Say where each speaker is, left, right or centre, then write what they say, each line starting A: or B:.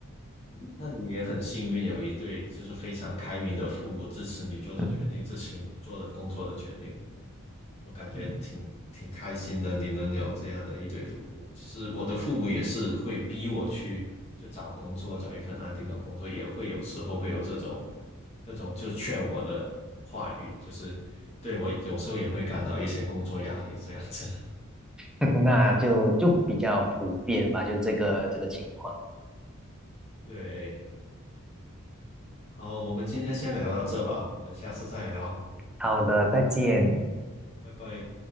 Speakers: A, on the left; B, in the centre.
A: 你那你也很幸运，有一对就是非常开明的父母支持你做的决定，
B: 嗯
A: 支持你做的工作的决定，我感觉挺挺开心的。
B: 嗯
A: 你能有这样的一对父母，其实我的父母也是会逼我去就找工作，找一份安定的工作，也会有时候会有这种那种就劝我的话语，就是对我有时候也会感到一些工作压力这样子。
B: 嗯，<laughs> 那就就比较普遍吧，就这个这个情况。
A: <laughs> 对，好，我们今天先聊到这吧，我们下次再聊，
B: 好的，再见。
A: 拜拜。